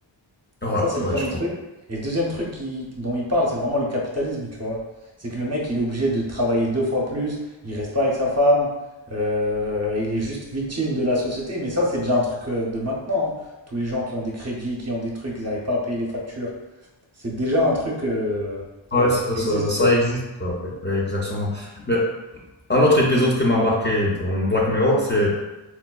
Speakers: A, on the left (about 25°); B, on the right (about 30°).
A: ouais,
B: Ça, c'est le
A: ouais,
B: premier
A: je comprends.
B: truc. Et le deuxième truc qui, dont il parle, c'est vraiment le capitalisme, tu vois. C'est que le mec, il est obligé de travailler deux fois plus, il reste pas avec sa femme, euh, il est juste victime de la société. Mais ça, c'est déjà un truc euh, de maintenant. hein. Tous les gens qui ont des crédits, qui ont des trucs, ils n'arrivent pas à payer les factures. C'est déjà un truc euh,
A: Ouais, ça,
B: qui
A: ça-
B: existe,
A: ça
B: quoi.
A: existe, ça. Ouais, exactement. Mais un autre épisode qui m'a marqué dans Black Mirror, c'est